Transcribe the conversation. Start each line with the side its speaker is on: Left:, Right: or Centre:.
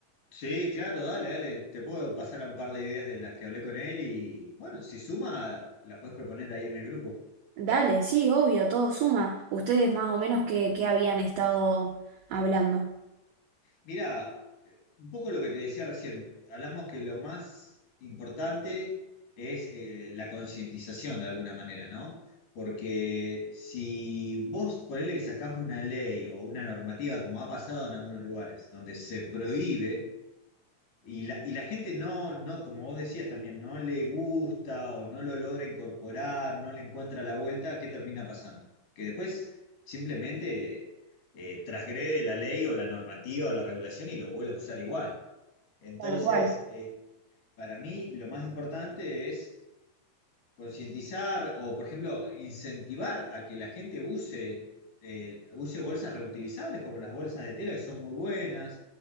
Left: Sí, claro, dale, dale. Te puedo pasar a un par de ideas de las que hablé con él y bueno, si suma, la puedes proponer ahí en el grupo.
Right: Dale, sí, obvio, todo suma. Ustedes más o menos qué, qué habían estado hablando.
Left: Mirá, un poco lo que te decía recién, hablamos que lo más importante es eh, la concientización de alguna manera, ¿no? Porque si vos ponele que sacás una ley o una normativa, como ha pasado en algunos lugares, donde se prohíbe y la, y la gente no, no, como vos decías también, no le gusta o no lo logra incorporar, no le encuentra la vuelta, ¿qué termina pasando? Que después simplemente eh, transgrede la ley o la normativa o la regulación y lo vuelve a usar igual. Entonces,
Right: Tal cual.
Left: eh, para mí lo más importante es concientizar o, por ejemplo, incentivar a que la gente use, eh, use bolsas reutilizables como las bolsas de tela, que son muy buenas.